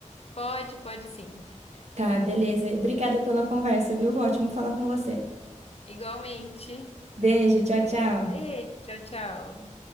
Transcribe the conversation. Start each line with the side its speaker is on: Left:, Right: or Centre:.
Left: Pode, pode sim.
Right: Tá, beleza. Obrigada pela conversa, viu? Ótimo falar com você.
Left: Igualmente.
Right: Beijo, tchau, tchau.
Left: Beijo, tchau, tchau.